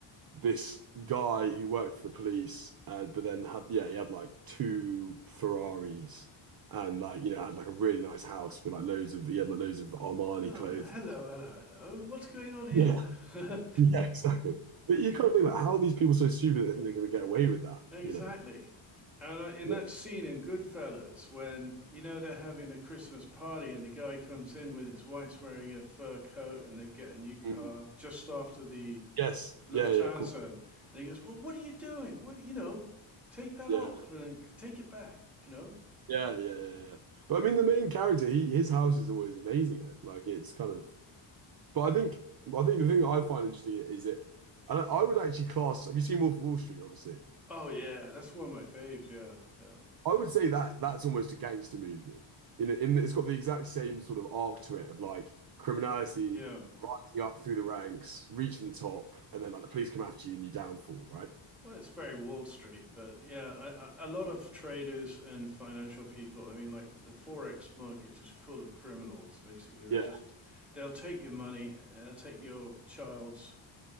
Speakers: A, on the right; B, in the centre.
A: this guy who worked for the police, uh, but then had, yeah, he had like two Ferraris and like, you know, had like a really nice house with like loads of, he had like loads of Armani
B: Oh,
A: clothes.
B: hello, hello, hello. What's going on here?
A: Yeah,
B: <laughs>
A: yeah, exactly. But you kind of think like, how are these people so stupid that they think they're going to get away with that,
B: Exactly.
A: you know?
B: And uh, in
A: Yeah.
B: that scene in Goodfellas, when you know they're having the Christmas party and the guy comes in with his wife's wearing a fur coat and they get a new car
A: Mm.
B: just after the
A: Yes.
B: Lufthansa,
A: Yeah, yeah, yeah, cool.
B: and he goes, "Well, what are you doing? What you know, take that
A: Yeah.
B: off and take it back." You know?
A: Yeah, yeah, yeah, yeah. yeah. But I mean, the main character, he his house is always amazing. in it. Like it's kind of. But I think I think the thing that I find interesting is that, and I, I would actually class. Have you seen Wolf of Wall Street? Obviously,
B: Oh yeah, that's one of my faves. Yeah, yeah,
A: I would say that that's almost a gangster movie. In in it's got the exact same sort of arc to it of like criminality
B: yeah.
A: rising up through the ranks, reaching the top, and then like the police come after you and you downfall, right?
B: Well, it's very Wall Street, but yeah, I, I, a lot of traders and financial people. I mean, like the forex market is just full of criminals. Basically, they're
A: Yeah,
B: just they'll take your money, and they'll take your child's